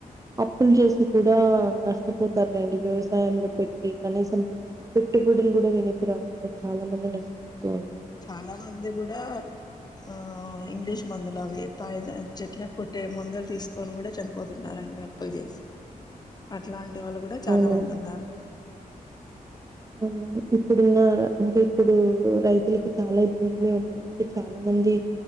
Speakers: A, on the right (about 20°); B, on the left (about 25°).
A: అప్పులు చేసి కూడా నష్టపోతారులేండి వ్యవసాయంలో పెట్టి కనీసం పెట్టుబడులు కూడా వెనక్కి రాకుండా చాలా మంది నష్టపోతూ ఉంటారు
B: చాలా మంది కూడా ఆ ఇంగ్లీష్ మందులు అవి పైన చెట్ల కొట్టే మందులు తీసుకొని కూడా చనిపోతున్నారం టా పో జెస్ అట్లాంటి వాళ్ళు కూడా చాలా
A: అవునండి
B: మంది ఉన్నారు
A: అవును ఇప్పుడున్న అంటే ఇప్పుడు రైతులకి చాలా ఇబ్బందులే ఉన్నా అంటే చాలా మంది